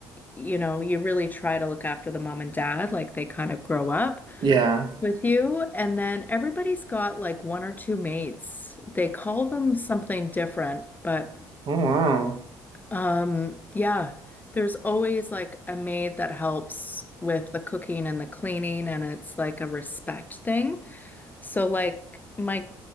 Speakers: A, on the left; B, on the right.
A: you know, you really try to look after the mom and dad, like, they kind of grow up
B: Yeah.
A: with you. And then everybody's got like one or two mates. They call them something different, but
B: Oh wow.
A: um, yeah, there's always like a maid that helps with the cooking and the cleaning, and it's like a respect thing. So like my